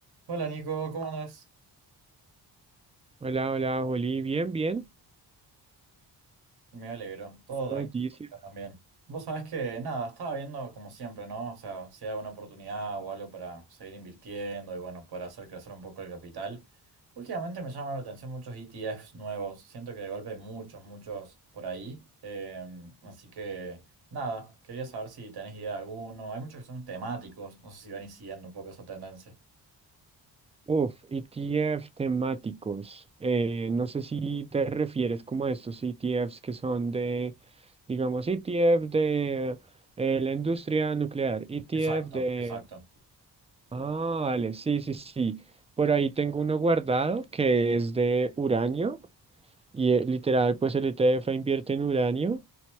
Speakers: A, on the right; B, on the right.
A: Hola Nico, ¿cómo andas?
B: Hola, hola, Juli. Bien, bien.
A: Me alegro, todo
B: Buena
A: tranquilo
B: noticia.
A: por acá también. Vos sabés que nada, estaba viendo como siempre, ¿no? O sea, si hay una oportunidad o algo para seguir invirtiendo y bueno, para hacer crecer un poco el capital. Últimamente me llaman la atención muchos ETFs nuevos, siento que de golpe hay muchos, muchos por ahí. Eh, así que nada, quería saber si tenés idea de alguno. Hay muchos que son temáticos, no sé si van siguiendo un poco esa tendencia.
B: Uf, ETF temáticos. Eh, no sé si te refieres como a estos ETFs que son de, digamos, ETF de eh, la industria nuclear, ETF
A: Exacto,
B: de...
A: exacto.
B: Ah, vale, sí, sí, sí. Por ahí tengo uno guardado que es de uranio y eh, literal, pues el ETF invierte en uranio.